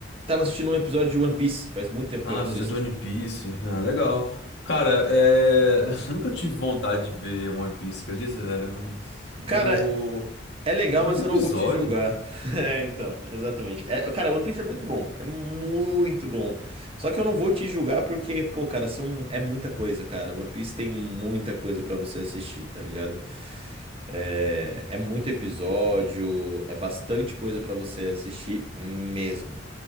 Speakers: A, on the right; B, on the left.
A: Tava assistindo um episódio de One Piece, faz muito tempo
B: Ah,
A: que eu não assisto.
B: você de One Piece. Ah, legal. Cara, é... <laughs> nunca tive vontade de ver One Piece, acredita, velho? Eu...
A: Cara, É legal,
B: é Muito
A: mas
B: episódio.
A: eu não vou te julgar. <laughs> É, então, exatamente. É, cara, One Piece é muito bom. É muito bom. Só que eu não vou te julgar porque, pô, cara, são, é muita coisa, cara. One Piece tem muita coisa pra você assistir, tá ligado? É, é muito episódio, é bastante coisa pra você assistir mesmo.